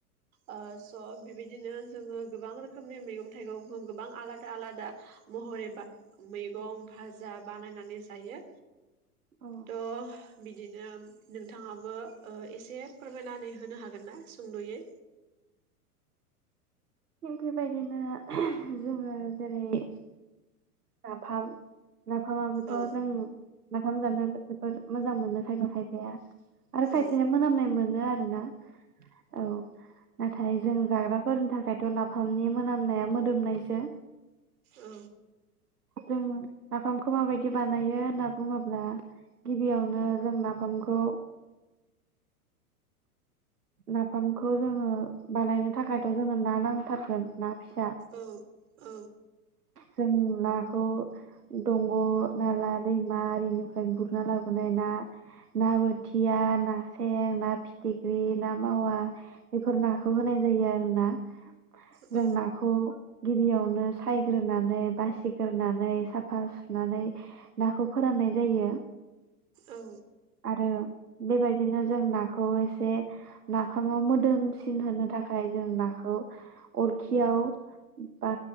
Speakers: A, on the right (about 60°); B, on the right (about 75°).
A: ओ स' बिबायदिनो जोङो गोबां रोखोमनि मैगं थाइगंखौ गोबां आलादा आलादा महरै बा मैगं भाजा बानायनानै जायो
B: औ
A: त' बिदिनो नोंथाङाबो ओ एसे फोरमायनानै होनो हागोन गोनना सुंद'यै
B: थिग बेबायदिनो <unintelligible> जोंङो जेरै नाफाम नाफामाबोथ'
A: औ
B: जों ओंखाम जानो आरो खायफाया
A: औ
B: मोनामनाय मोनो आरो <unintelligible> औ नाथाय जों जाग्राफोरनि थाखायथ' नाफामनि मोनामनाया मोदोमनायसो
A: औ
B: जोंङो नाफामखौ माबायदि बानायो होनना बुङोब्ला गिबियावनो जों नाफामखौ नाफामखौ जोङो बानायनो थाखायथ' जोङो ना नांथारगोन। ना फिसा
A: औ औ
B: जों नाखौ दंग' नाला दैमा आरिनिफ्राय गुरना लाबोनाय ना ना बोथिया ना सें ना फिथिग्रि ना मावा बेफोर नाखौ होनाय जायो आरो ना
A: औ
B: जों नाखौ गिबियावनो सायग्रोनानै बासिगोरनानै साफा सुनानै नाखौ फोराननाय जायो।
A: औ
B: आरो बेबायदिनो जों नाखौ एसे नाफामाव मोदोमसिन होनो थाखाय जों नाखौ अरखियाव बा